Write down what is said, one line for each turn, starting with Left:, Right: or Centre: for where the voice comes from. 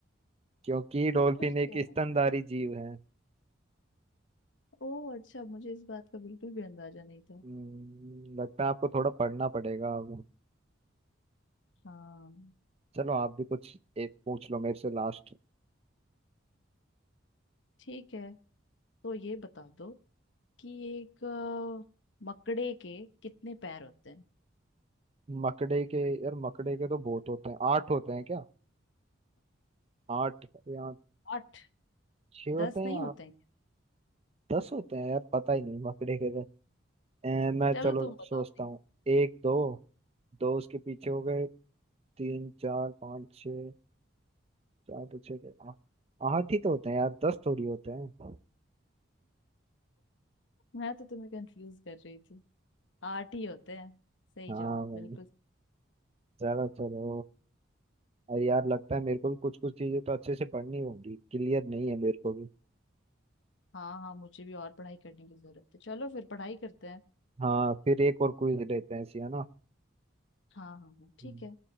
Right: क्योंकि डॉल्फिन
Left: तो फिर
Right: एक
Left: क्या
Right: स्तनधारी
Left: है
Right: जीव है
Left: ओ अच्छा मुझे इस बात का बिल्कुल भी अंदाजा नहीं था
Right: हम्म, लगता है आपको थोड़ा पढ़ना पड़ेगा अब
Left: हाँ
Right: चलो आप भी कुछ एक पूछ लो मेरे से लास्ट
Left: ठीक है तो ये बता दो कि एक अ, मकड़े के कितने पैर होते हैं
Right: मकड़े के यार मकड़े के तो बहुत होते हैं आठ होते हैं क्या आठ या
Left: आठ
Right: छह होते
Left: दस
Right: हैं
Left: नहीं
Right: या
Left: होते
Right: आठ
Left: हैं
Right: दस होते हैं यार पता ही नहीं मकड़े के तो अ, मैं
Left: चलो
Right: चलो
Left: तुम बताओ
Right: सोचता
Left: नहीं
Right: हूँ एक दो दो उसके पीछे हो गए तीन चार पाँच छः चार तो छः गए, आ- आठ ही तो होते हैं यार दस थोड़ी होते हैं
Left: मैं तो तुम्हें कंफ्यूज कर रही थी आठ ही होते हैं सही
Right: हाँ
Left: जवाब बिल्कुल
Right: चलो चलो अरे यार लगता है मेरे को भी कुछ कुछ चीजें तो अच्छे से पढ़नी होंगी क्लियर नहीं है मेरे को भी
Left: हाँ हाँ मुझे भी और पढ़ाई करने की जरूरत है चलो फिर पढ़ाई करते हैं
Right: हाँ फिर एक और क्विज लेते हैं ऐसी है ना
Left: हाँ हाँ हाँ ठीक
Right: हम्म।
Left: है